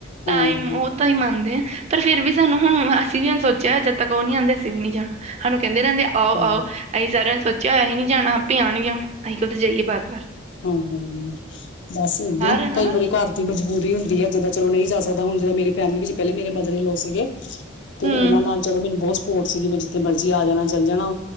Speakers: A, on the right; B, on the left.
A: ਟਾਈਮ
B: ਹਾਂ।
A: ਉਹ ਤਾਂ ਈ ਮੰਨਦੇ ਆ ਪਰ ਫਿਰ ਵੀ ਸਾਨੂੰ ਹੁਣ ਅਸੀਂ ਵੀ ਹੁਣ ਸੋਚਿਆ ਜਦ ਤੱਕ ਓ ਨੀ ਆਂਦੇ ਅਸੀਂ ਵੀ ਨੀ ਜਾਣਾ। ਹੁਣ ਕਹਿੰਦੇ ਰਹਿੰਦੇ ਆ ਆਓ-ਆਓ
B: ਹਾਂ
A: ਅਸੀ ਸਾਰਿਆ ਨੇ ਸੋਚਿਆ ਹੋਇਆ ਹਈ ਨੀ ਜਾਣਾ ਆਪੇ ਆਣਗੀਆ ਅਸੀਂ ਕਾਤੋ ਜਾਈਏ ਬਾਰ-ਬਾਰ।
B: ਹਾਂਜੀ ਹਾਂ, ਬਸ ਏਦਾਂ ਈ
A: ਹੈ ਨਾ
B: ਕਈ ਵਾਰੀ ਘਰ ਦੀ ਮਜਬੂਰੀ ਹੁੰਦੀ ਏ ਜਿੱਦਾਂ ਚਲੋ ਨਈ ਜਾ ਸਕਦਾ ਹੁਣ ਜ ਮੇਰੀ ਫੈਮਿਲੀ ਵਿੱਚ ਪਹਿਲੇ ਮੇਰੇ ਮਦਰ-ਇਨ-ਲਾ ਸੀਗੇ 'ਤੇ
A: ਹੂੰ
B: ਉਨਾ ਨਾਲ ਚਲੋ ਮੈਨੂੰ ਬੋ ਸਪੋਟ ਸੀਗੀ ਮੈਂ ਜਿੱਥੇ ਮਰਜ਼ੀ ਆ ਜਾਣਾ, ਚੱਲ ਜਾਣਾ।